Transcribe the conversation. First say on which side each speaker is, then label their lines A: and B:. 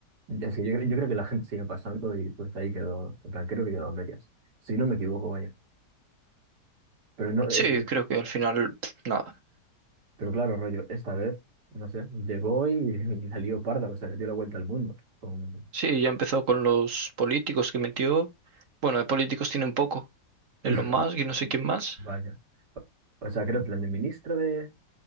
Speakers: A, on the right; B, on the right.
A: Es que yo, cre- yo creo que la gente sigue pasando y pues ahí quedó, en plan, creo que quedó a medias. Si no me equivoco, vaya. Pero no,
B: Sí,
A: es que,
B: creo que al final pf, nada.
A: pero claro, rollo, esta vez, no sé, llegó y, <laughs> y la lió parda, o sea, le dio la vuelta al mundo. Con...
B: Sí, ya empezó con los políticos que metió. Bueno, de políticos tiene un poco. Elon
A: <laughs>
B: Musk y no sé quién más.
A: Vaya. O sea, creo que plan de ministro de,